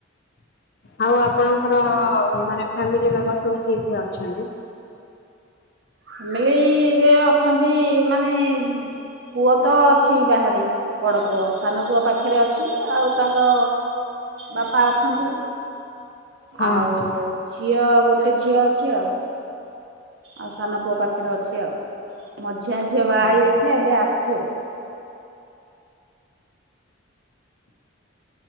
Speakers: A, on the left; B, on the right.
A: ଆଉ ଆପଣଙ୍କର ମାନେ ଫାମିଲି ମେମ୍ବର ସବୁ କିଏ କିଏ ଅଛନ୍ତି।
B: ଫାମିଲିରେ ଅଛନ୍ତି ମାନେ ପୁଅ ତ ଅଛି ବାହାରେ ବଡ ପୁଅ। ସାନ ପୁଅ ପାଖରେ ଅଛି ଆଉ ତାଙ୍କ ବାପା ଅଛନ୍ତି।
A: ହଁ
B: ଆଉ
A: ହଁ
B: ଝିଅ ଗୋଟେ ଝିଅ ଅଛି ଆଉ। ଆଉ ସାନ ପୁଅ ପାଖରେ ଅଛି ଆଉ ମଝିଆ ଝିଅ ବାହା
A: ହଁ।
B: ହେଇ ଯାଇଥିଲା ଏବେ ଆସିଛି ଆଉ।